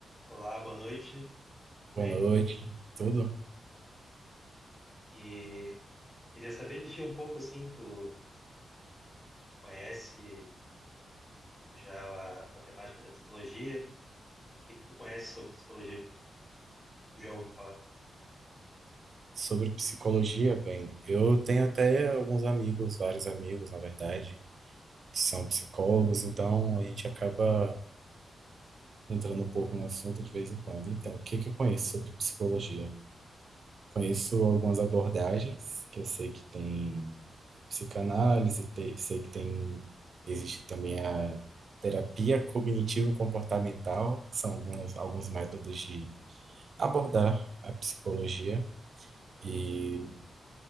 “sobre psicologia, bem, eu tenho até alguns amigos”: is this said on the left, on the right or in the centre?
Right